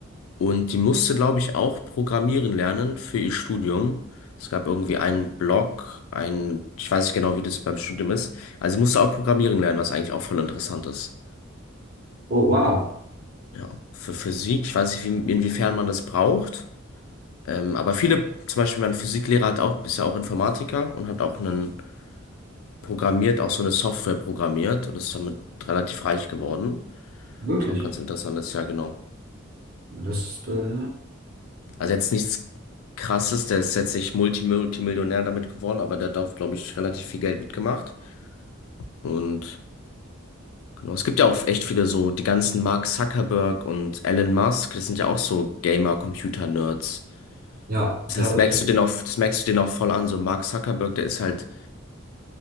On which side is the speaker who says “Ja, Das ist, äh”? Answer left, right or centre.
Right